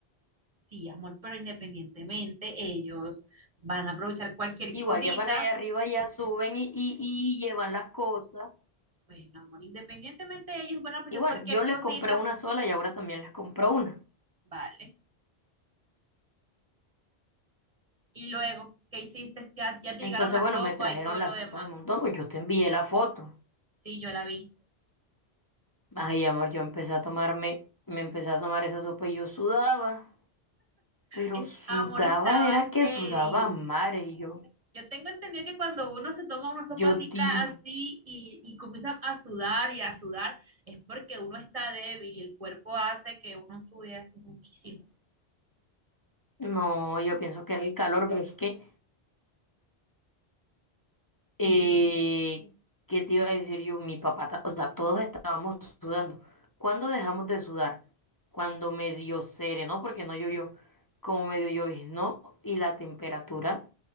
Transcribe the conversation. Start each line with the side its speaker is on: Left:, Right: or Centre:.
Right: sí, amor, pero independientemente ellos van a aprovechar cualquier
Left: Igual,
Right: cosita.
Left: ya para allá arriba ya suben y, y, y llevan las cosas.
Right: Bueno, amor, independientemente ellos van a aprovechar
Left: Igual,
Right: cualquier
Left: yo les
Right: cosita
Left: compré una sola y ahora también les compró una.
Right: Vale. Y luego, ¿qué hiciste? Ya, ya te
Left: Entonces,
Right: llegaron la
Left: bueno,
Right: sopa
Left: me trajeron
Right: y todo
Left: las
Right: lo demás.
Left: sopas de mondongo. Yo te envié la foto.
Right: Sí, yo la vi.
Left: Ay, amor, yo empecé a tomarme, me empecé a tomar esa sopa y yo sudaba. Pero
Right: Es-
Left: sudaba,
Right: amor, estabas
Left: era que
Right: débil.
Left: sudaba a mares. Y yo,
Right: Yo tengo entendido que cuando uno se toma una sopa
Left: yo,
Right: así,
Left: tío,
Right: ca- así y, y comienza a sudar y a sudar, es porque uno está débil y el cuerpo hace que uno sude así muchísimo.
Left: no, yo pienso que era el calor, pero es que
Right: Sí,
Left: Eh, ¿qué te iba a decir yo? Mi papá, ta- o sea, todos estábamos sudando. ¿Cuándo dejamos de sudar? Cuando medio serenó, porque no llovió, como medio lloviznó y la temperatura